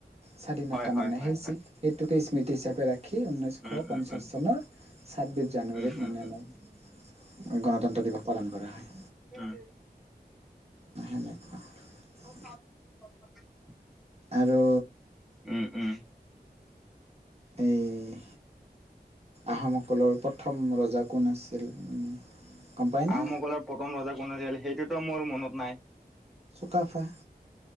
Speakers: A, on the right; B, in the centre.
A: স্বাধীনতা
B: হয়, হয়,
A: মানে
B: হয়,
A: সেই
B: হয়।
A: চি সেইটোকে স্মৃতি হিচাপে ৰাখি, ঊনৈশ
B: উম,
A: পঞ্চাশ
B: উম, উম,
A: চনত ছাব্বিশ জানুৱাৰীত,
B: উম, উম,
A: মানে
B: উম,
A: আমাৰ গণতন্ত্ৰ দিৱস পালন কৰা হয়।
B: উম।
A: নাহেনেকা <unintelligible>
B: ব <unintelligible>
A: আৰু
B: উঁম, উঁম।
A: এই আহোমসকলৰ প্ৰথম ৰজা কোন আছিল? গম পাই না
B: আহোমসকলৰ প্ৰথম ৰজা কোন আছিল, সেইটোতো মোৰ মনত নাই।
A: চুকাফা।